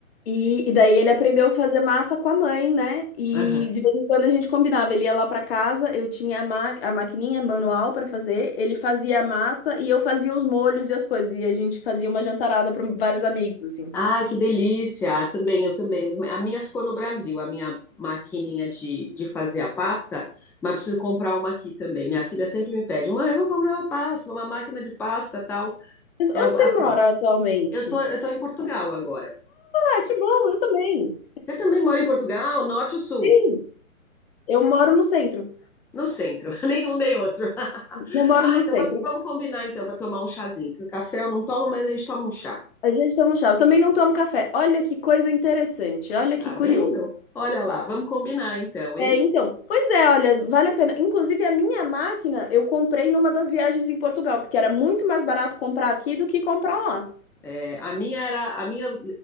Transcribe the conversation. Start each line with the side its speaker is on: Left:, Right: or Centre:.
Left: E, e daí ele aprendeu a fazer massa com a mãe, né? E
Centre: Aham.
Left: de vez em quando a gente combinava. Ele ia lá para casa, eu tinha a, ma a maquininha manual para fazer, ele fazia a massa e eu fazia os molhos e as coisas. E a gente fazia uma jantarada para vários amigos, assim.
Centre: Ai, que delícia! Ah, Também, eu também. A minha ficou no Brasil, a minha maquininha de, de fazer a pasta, mas preciso comprar uma aqui também. Minha filha sempre me pede, mãe, eu vou comprar uma pasta, uma máquina de pasta, tal.
Left: Mas
Centre: É
Left: onde
Centre: o-
Left: você
Centre: a próxima.
Left: mora atualmente?
Centre: Eu tô, eu tô em Portugal agora.
Left: Ah, que bom, eu também.
Centre: Você também mora em Portugal, norte ou sul?
Left: Sim, eu moro no centro.
Centre: No centro, <laughs> nenhum nem outro. <laughs>
Left: Eu moro
Centre: Ah,
Left: no
Centre: então
Left: centro.
Centre: vamos, vamos combinar então para tomar um chazinho, porque o café eu não tomo, mas a gente toma um chá.
Left: A gente toma chá. Eu também não tomo café. Olha que coisa interessante, olha
Centre: Tá
Left: que curioso.
Centre: vendo? Olha lá, vamos combinar então, hein?
Left: É, então, pois é, olha, vale a pena. Inclusive, a minha máquina eu comprei numa das viagens em Portugal, porque era muito mais barato comprar aqui do que comprar lá.
Centre: É, a minha era, a minha